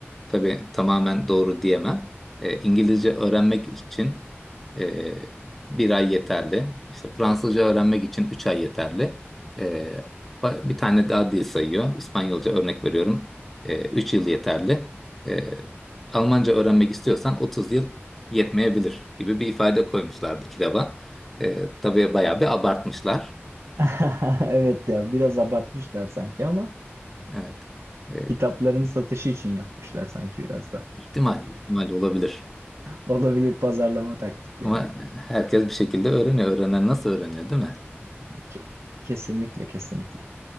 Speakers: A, in the centre; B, on the right (about 85°).
A: tabii tamamen doğru diyemem. Ee, İngilizce öğrenmek için e, bir ay yeterli. İşte Fransızca öğrenmek için üç ay yeterli. Ee, ba- bir tane daha dil sayıyor. İspanyolca örnek veriyorum. Ee, üç yıl yeterli. Ee, Almanca öğrenmek istiyorsan 30 yıl yetmeyebilir gibi bir ifade koymuşlardı kitaba. E, tabii bayağı bir abartmışlar.
B: <laughs> Evet ya biraz abartmışlar sanki ama
A: Evet. E,
B: kitapların satışı için yapmışlar sanki biraz da.
A: ihtimal, ihtimal olabilir.
B: Olabilir pazarlama taktikleri.
A: Ama herkes bir şekilde öğreniyor. Öğrenen nasıl öğreniyor, değil mi?
B: Ke- Kesinlikle kesinlikle.